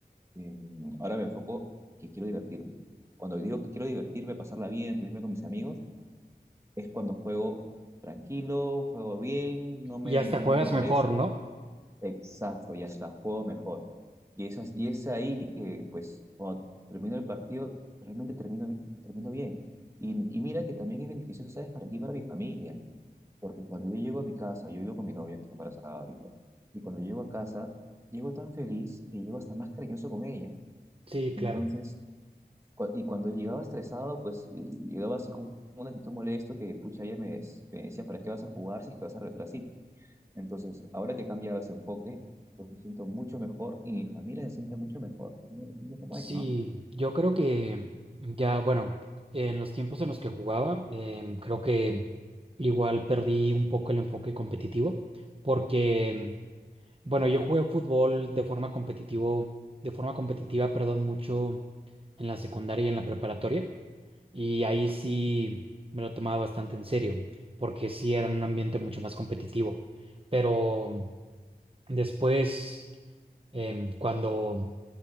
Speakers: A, on the right; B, on the right.
A: Eh, ahora me enfoco que quiero divertirme. Cuando digo que quiero divertirme, pasarla bien, reírme con mis amigos, es cuando juego tranquilo, juego bien, no me,
B: y hasta
A: no
B: juegas
A: me molesto.
B: mejor, ¿no?
A: Exacto, y hasta juego mejor. Y, esas, y es ahí que, pues, cuando termino el partido, realmente termino, termino bien. Y, y mira que también es beneficioso, ¿sabes? Para aquí, para mi familia. Porque cuando yo llego a mi casa, yo vivo con mi novia que está embarazada ahorita, y cuando llego a casa, llego tan feliz que llego hasta más cariñoso con ella.
B: Sí,
A: Entonces,
B: claro.
A: cua- y cuando llegaba estresado, pues y- llegaba así como una actitud molesto que, pucha, ella me, des- me decía, ¿para qué vas a jugar si es que vas a regresar así? Entonces, ahora que he cambiado ese enfoque, pues me siento mucho mejor y mi familia se siente mucho mejor. Mira, mira cómo
B: Sí,
A: es, ¿no?
B: yo creo que ya, bueno, en los tiempos en los que jugaba, em, creo que igual perdí un poco el enfoque competitivo, porque, em, bueno, yo jugué fútbol de forma competitivo, de forma competitiva, perdón, mucho en la secundaria y en la preparatoria, y ahí sí me lo tomaba bastante en serio, porque sí era un ambiente mucho más competitivo, pero después... em, cuando